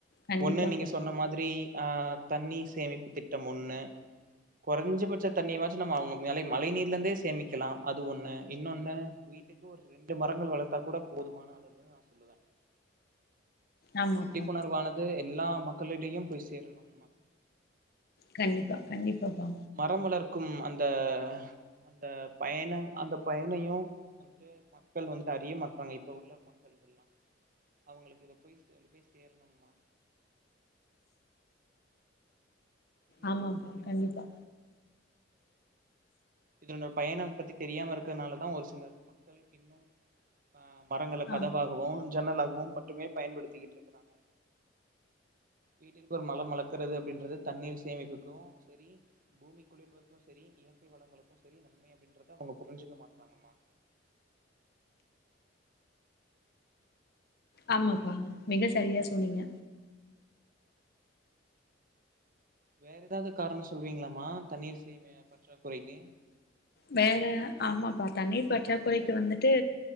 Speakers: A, on the left; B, on the right.
A: கண்டிப்பாப்பா
B: ஒன்னு நீங்க சொன்ன மாதிரி ஆ தண்ணி சேமிப்பு திட்டம் ஒன்னு குறைஞ்சபட்ச தண்ணியவாச்சி நம்ம அவுங்கம் மேலே மழை நீர்ல இருந்தே சேமிக்கிலா அது ஒன்னு இன்னொன்னு வீட் ஒரு ரெண்டு மரங்கள் வளர்த்தா கூட போதுமான அளவுன்னு நா சொல்லுவ
A: ஆமாப்பா
B: இந்த விழிப்புணர்வானது எல்லா மக்களிடையு போய் சேரணும்
A: கண்டிப்பா கண்டிப்பா பா
B: மரம் வளர்க்கும் அந்த அந்த பயன அந்த பயனையு மக்கள் வந்துட்டு அறிய மாட்டாங்க இப்ப உள்ள மக்கள் எல்லா அவுங்களுக்கு இதுபே சேந்துபே சேரணுமா நீங்க
A: ஆமாப்பா
B: என்ன சொல்றீங்கம்மா
A: கண்டிப்பா
B: இதனோட பயன பத்தி தெரியாம இருக்கிறதுனாலதா ஒரு சில மக்கள் இன்னு ஆமரங்கள
A: ஆ
B: கதவாகவோ ஜன்னலாகவோ மட்டுமே பயன்படுத்திக்கிட்டு இருக்கறாங்க வீட்டிக்கு ஒரு மரம் வளக்கறது அப்டின்றது தண்ணீர் சேமிப்புக்கு செரி பூமி குளிர்வுக்கும் செரி இயற்கை வளங்களுக்கு செரி நன்மை அப்டின்றத அவுங்க புரிஞ்சிக்க மாட்றாங்கமா
A: ஆமாப்பா
B: நீங்க என்ன சொல்றீங்கம்மா
A: மிக சரியா சொன்னீங்க
B: வேற ஏதாவது காரணோ சொல்லுவீங்ளாமா தண்ணீர் சேமிய பற்றா குறைக்கி
A: வேற ஆமாப்பா தண்ணீர் பற்றாக்குறைக்கு வந்துட்டு